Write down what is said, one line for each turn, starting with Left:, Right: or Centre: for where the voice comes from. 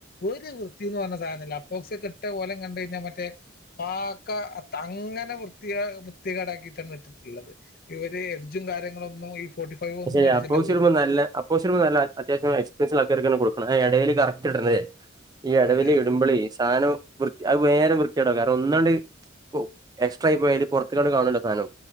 Left: ഒരു വൃത്തിന്ന് പറഞ്ഞ സാധനല്ല അപ്പോക്സിയെകെട്ട കോലം കണ്ട കഴിഞ്ഞാൽ മറ്റേ കാക്ക അങ്ങനെ വൃ വ്യത്തികേ വിർത്തി കേടാക്കിയിട്ടാണ് ഇട്ടിട്ടുള്ളത് ഇവര് എഡ്ജും കാര്യങ്ങളൊന്നും ഈ ഫോർട്ടി ഫൈവ്
Right: പക്ഷെ
Left: ഒന്നും അടിച്ചില്ല
Right: അപ്പോ ചിലപ്പ
Left: വെറുതെ
Right: നല്ല അപ്പോചിലപ്പ നല്ല അത്യാവശ്യ എക്സ്പീരിയൻസുള്ള ആൾക്കാർക്കന്നെ കൊടുക്ക്ണേ ആ ഇടയില് കറക്റ്റ് ഇടതേ ഈ ഇടവില
Left: അതെ അതെ
Right: ഇടൂമ്പളെ സാധനം വൃ അ നേരം വൃത്തിയാടാ കാരണം ഒന്നുണ്ട് ഓ എക്സ്ട്രാ ആയി പോയല് പുറത്തണ്ട് കാണുവല്ലോ സാധനം